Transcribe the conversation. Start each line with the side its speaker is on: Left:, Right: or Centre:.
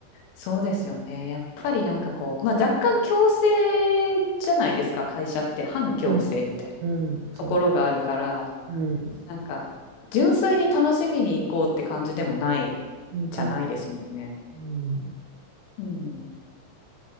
Left: そうですよね。やっぱりなんかこう、まあ若干強制じゃないですか、会社って。反強制みたいな
Right: うん、うん、そう。
Left: ところがあるから。
Right: うん、
Left: なんか、純粋に楽しみに行こうって感じでもない
Right: うん、
Left: じゃないですもんね。
Right: うん。うん
Left: うん。